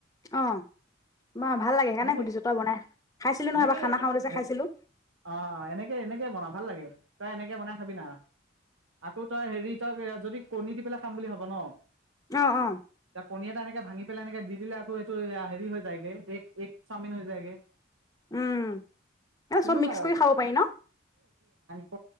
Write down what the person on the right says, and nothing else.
এনেকে
এনেকে
এ
অ এনেকে এনেকে বনা ভাল লাগে । তই এনেকে বনাই খাবি না। আকৌ তই হেৰি তই যদি কণী দি পেলাই খাম বুলি ভাব ন'?
ইয়াত কণী এটা এনেকে এ ভাঙি পেলাই এনেকে দি দিলে আকৌ এইটো এয়া হেৰি হৈ যায়গে, এ- এগ চাওমিন হৈ যায়গে।
তেনেকুৱা
ত